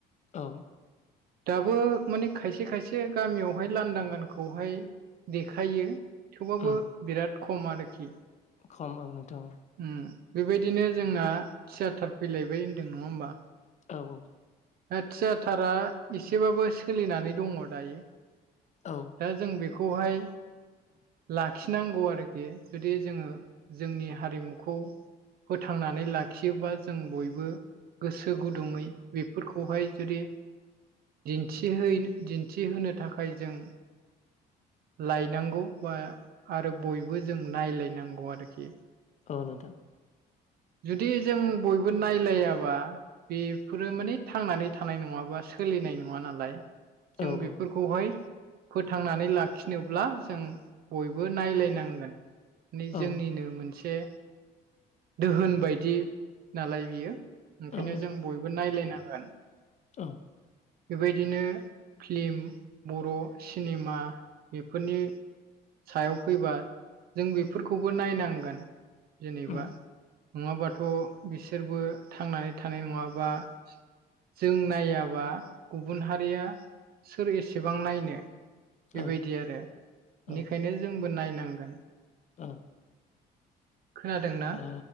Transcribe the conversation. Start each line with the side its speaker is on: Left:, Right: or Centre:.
Left: औ
Right: दाबो माने खायसे खायसे गामियावहाय लांदांगानखौहाय देखायो थेवबाबो
Left: उम
Right: बिराद खम आरोखि
Left: खम औ नोंथां
Right: उम बेबायदिनो जोंना थियाटार फैलायबाय होन्दों नङा होमबा
Left: औ-औ
Right: दा थियाथारा एसेबाबो सोलिनानै दङ दायो
Left: औ
Right: दा जों बेखौहाय लाखिनांगौ आरो आरोखि जुदि जोङो जोंनि हारिमुखौ फोथांनानै लाखियोबा जों बयबो गोसो गुदुङै बेफोरखौहाय जुदि दिन्थिहैनो दिन्थिहोनो थाखाय जों लायनांगौ बा आरो बयबो जों नायलायनांगौ आरोखि।
Left: औ नोंथां
Right: जुदि जों बयबो नायलायाबा बेफोरो माने थांनानै थानाय नङाबा सोलि नाय नङा नालाय जों
Left: औ
Right: बेफोरखौहाय
Left: औ
Right: फोथांनानै लाखि फिनोब्ला जों बयबो नायलायनांगोन माने
Left: औ
Right: जोंनिनो मोनसे दोहोन बायदि नालाय बियो ओंखायनो
Left: औ नोंथां
Right: जों बयबो नायलायनां‌ गोन
Left: औ
Right: बेबायदिनो फ्लिम बर' सिनेमा बेफोरनि सायाव फैबा जों बेफोरखौबो नायनांगोन। जेनेबा
Left: उम
Right: नङाबाथ' बिसोरबो थांनानै थानाय नङाबा। जों नायाबा गुबुन हारिया सोर एसेबां नायनो बेबायदि
Left: औ
Right: आरो बेनिखायनो
Left: औ
Right: जोंबो नायनांगोन।
Left: औ
Right: खोनादोंना
Left: अ